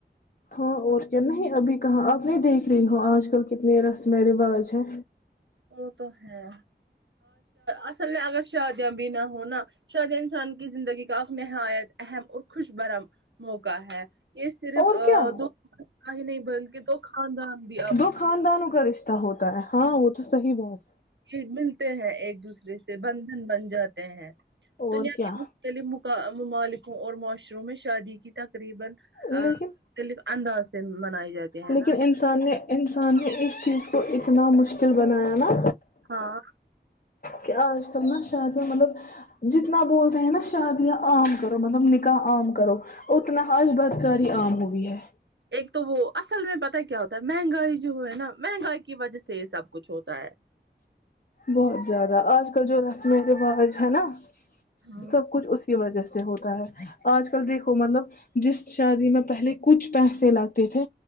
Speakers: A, on the left; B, on the right.
A: ہاں اور کیا ابھی کہاں آپ نہیں دیکھ رہی ہو آج کل کتنے رسم رواج ہیں
B: وہ تو ہے اصل میں اگر شادیاں بھی نہ ہناا شادیا انسان کی زندگی کا نہایت اہم اور خوش برم موقع ہے یہ صرف
A: اور کیا
B: دو کا ہی نہیں بلکہ دو خاندان بھی اب
A: دو خاندانوں کا رشتہ ہوتا ہوتا ہے ہاں وہ تو صحیح بات
B: یہ ملتے ہیں ایک دوسرے سے بندھن بن جاتے ہیں
A: اور
B: دنیا
A: کیا
B: کی مختلف م ممالک اور معاشروں میں شادی کی تقریبا
A: لیکن
B: <unintelligible> انداز سے منائے جاتے ہیں
A: لیکن
B: نا
A: انسان نے انسان نے اس چیز تو اتنا مشکل بنایا نا
B: ہاں
A: کہ آج کل نا شادیاں مطلب جتنا بول رہے ہیں نا شادیاں عام کرو مطلب نکاح عام کرو اتنا حج بت گالی عام ہوئی ہے
B: ایک تو وہ اصل میں پتا کیا ہوتا ہے مہنگائی جو ہے نا مہنگائی کی وجہ سے یہ سب کچھ ہوتا ہے
A: بہت زیادہ آج کل جو رسم رواج ہے نا
B: ہاں
A: سب کچھ اس کی وجہ جیس ہوتا ہے آج کل دیکھو مطلب جس شادی میں پہلے کچھ پیسے لگتے تھے